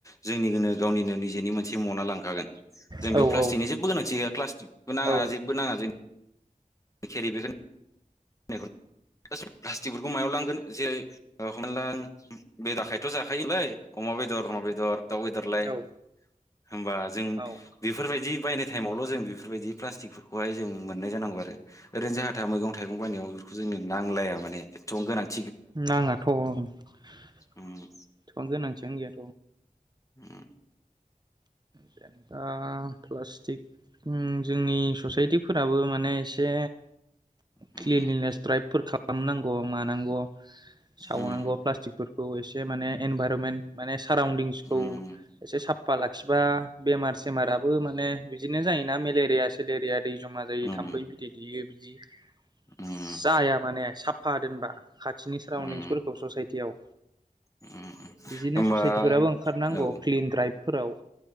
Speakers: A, on the left (about 20°); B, on the right (about 30°).
A: जोंनि गोनो गावनिनो निजेनि मोनसे मना लांखागोन जों
B: औ
A: बेयाव प्लास्टिकनि
B: औ
A: जेबो गोनांथि गया प्लासस्टिकबो नाङा
B: औ
A: जों खेरि बेखौ प्लास्टिक-प्लास्टिकफोरखौ मायाव लांगोन जेरै ओ हमना ला बेदाखायथ' जाखायोलै अमा बेदर अमा बेदर दाव बेदरलाय
B: औ
A: होमबा जों
B: औ
A: बेफोरबायदि बायनाय टाइमावल' जों बेफोरबायदि प्लास्टिलकफोरखौहाय जों मोननाय जानांगौ आरो ओरैनो जाहा-थाहा मैगं-थाइगं बायनायाव बेखौ जोंनो नांलाया माने एथ'बां गोनांथि नंङा।
B: नङाथ' एसेबां
A: उम
B: गोनां थियानो गैया।
A: उम
B: जेनेबा प्लास्टिक जोंनि ससाइटिफोराबो माने एसे
A: उम
B: क्लिनलिनेस द्राइबफोर खालाम खालामनांगौ मानांगौ सावनांगौ
A: उम
B: प्लास्टिकफोरखौ खौ एसे माने इनभारमेन्टेल माने साराउन्दिंसखौ
A: उम
B: एसे सा साफा लाखिबा बेमार सेमाराबो माने बिदिनो जायोना मेलेरिया सेलेरिया दै जमा जायो
A: उम
B: थाम्फै बिदै दैेयो। बिदि जाया
A: उम
B: माने साफ फा दोनबा खाथिनि साराउदिंसफोरखौ
A: उम
B: ससाइटियाव
A: उम
B: बिदिनो
A: होमबा
B: ससाइटिफोराबो ओंखारनांगौ
A: औ
B: क्लिन द्राइभफोराव